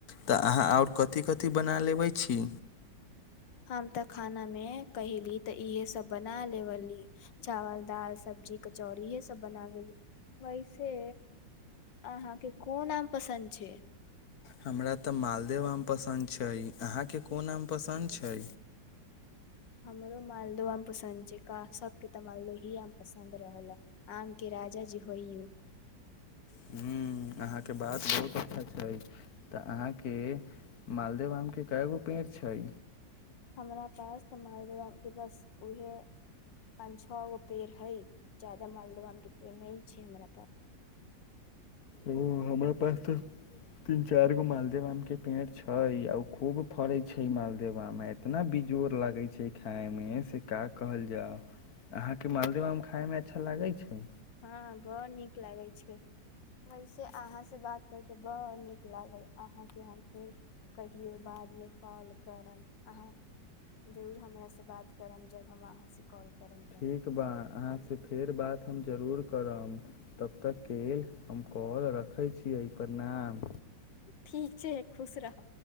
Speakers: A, on the left (about 55°); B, on the left (about 75°).
A: तऽ अहाँ आओर कथी कथि बना लेबै छी
B: हम तऽ खाना मे कहिली तऽ इहे सब बना लेवली चावल दाल सब्जी कचौड़ी इहे सब बना लेली वैसे अहाँके कोन आम पसन्द छै
A: हमरा तऽ मालदेव आम पसन्द छै अहाँके कोन आम पसन्द छै
B: हमरो मालदोबा आम पसन्द छै का सबके तऽ मालदही आम पसन्द रहल आम के राजा ज होइ उ
A: ह्म अहाँके बात बहुत अच्छा छै तऽ अहाँके मालदे आम के कैगो पेड़ छै
B: हमरा पास तऽ मालदह आम बस उहे पाच छओ गो पेड़ है जादा मालदवा आम के पेड़ नहि छै हमरा पास
A: ओ हमरा पास तऽ तीन चार गो मालदेव आम के पेड़ छै आ खूब फड़े छै मालदेवा मे इतना बेजोड़ लगे छै खाय मे मे से का कहल जाय अहाँ के मालदेव आम खायमे अच्छा लागै छै
B: हँ बड़ नीक लागै छै वैसे अहाँसँ बात करि कऽ बड़ नीक लागल अहाँके हम फेर कहियौ बादमे कॉल करब अहाँ जरूर हमरासँ बात करब जब हम अहाँसँ कॉल करब तऽ
A: ठीक बा अहाँ से फेर बात हम जरूर करब तब तकके हम कॉल रखैत छी एहि परणाम
B: ठीक छै खुश रह